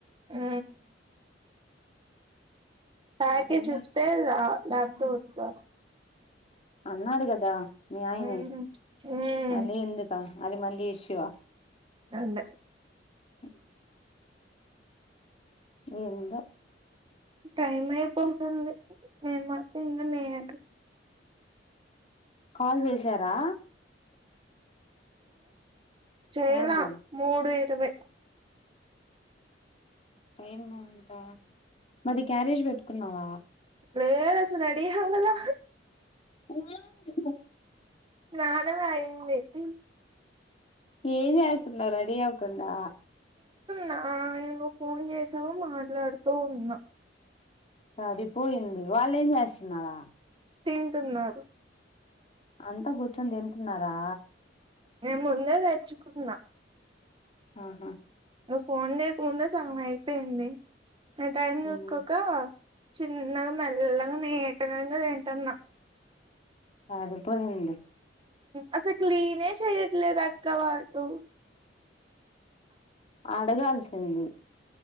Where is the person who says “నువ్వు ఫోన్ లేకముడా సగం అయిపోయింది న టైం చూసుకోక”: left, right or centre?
Right